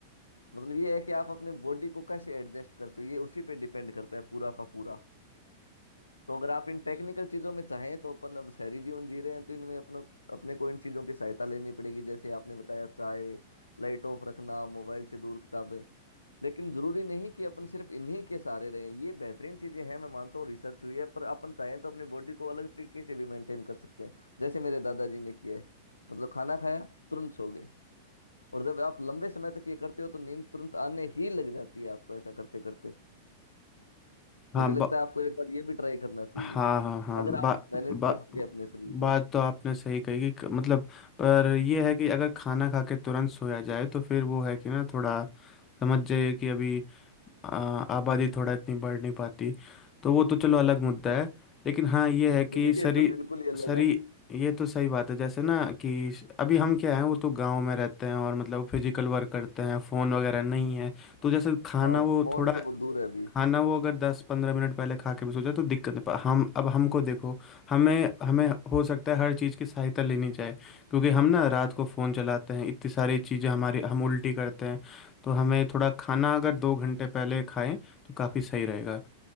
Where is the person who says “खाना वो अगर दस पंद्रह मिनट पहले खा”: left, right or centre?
Left